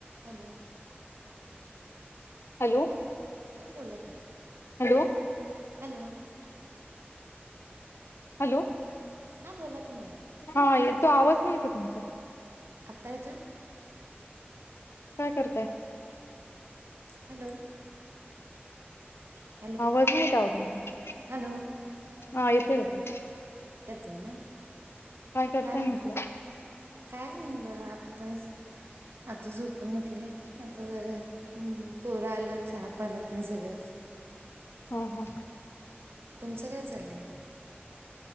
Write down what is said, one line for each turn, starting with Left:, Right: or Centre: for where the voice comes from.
Right: Hello,
Left: hello,
Right: हां बोला की
Left: हॅलो,
Right: हॅलो,
Left: हॅलो,
Right: हां बोला की मॅडम
Left: हां येतोय, आवाज नाही येतय तुमचा.
Right: आत्ता येतोय?
Left: काय करताय?
Right: हॅलो! <inaudible>
Left: आवाज नाही का ओ तुमचा
Right: हॅलो
Left: <inaudible> हां येतोय.
Right: येतोय ना,
Left: करताय
Right: काय म्हण?
Left: म्हटलं
Right: काय नाही बघा आ <inaudible> आता झो पून उटले आता जरा पोरं आलं चहा-पाणी तेन सगळच.
Left: हा हा.
Right: तुमचं काय चाललंय?